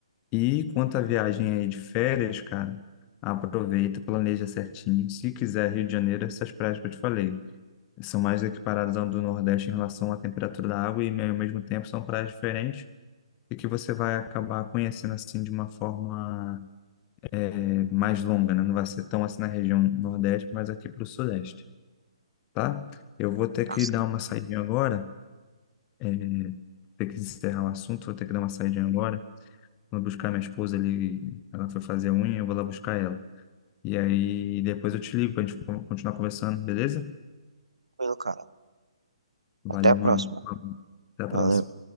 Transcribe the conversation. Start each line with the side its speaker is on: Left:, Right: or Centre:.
Left: E quanto à viagem aí de férias, cara, aproveita, planeja certinho. Se quiser Rio de Janeiro, essas praias que eu te falei são mais equiparadas ao do Nordeste em relação à temperatura da água e, ao mesmo tempo, são praias diferentes e que você vai acabar conhecendo assim de uma forma eh, mais longa, né? Não vai ser tão assim na região Nordeste, mas aqui para o Sudeste, tá? Eu vou ter
Right: tá
Left: que dar uma saidinha agora, eh, ter que encerrar o assunto, vou ter que dar uma saidinha agora. Vou buscar minha esposa ali, ela foi fazer a unha, eu vou lá buscar ela. E aí depois eu te ligo para a gente con- continuar conversando, beleza?
Right: tranquilo, cara.
Left: Valeu,
Right: Até a próxima.
Left: mano. Até a
Right: Valeu.
Left: próxima.